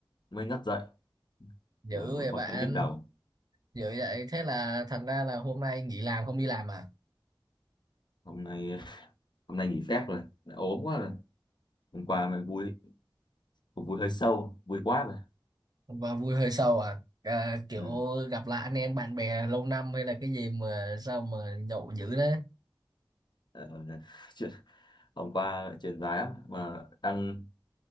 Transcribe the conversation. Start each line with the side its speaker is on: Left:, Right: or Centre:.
Left: mới ngất dậy.
Right: Dữ
Left: Giờ vẫn
Right: vậy
Left: còn
Right: bạn,
Left: hơi nhức đầu.
Right: dữ vậy thế là thành ra là hôm nay nghỉ làm không đi làm à?
Left: Hôm nay hôm nay nghỉ phép rồi, đã ốm quá rồi. Hôm qua mới vui, cuộc vui hơi sâu, vui quá rồi.
Right: Và vui hơi sâu à? À, kiểu
Left: Ừ.
Right: gặp lại anh em bạn bè lâu năm hay là cái gì mà sao mà nhậu dữ đấy?
Left: Ờ, <laughs> chuyện, hôm qua chuyện dài lắm mà đang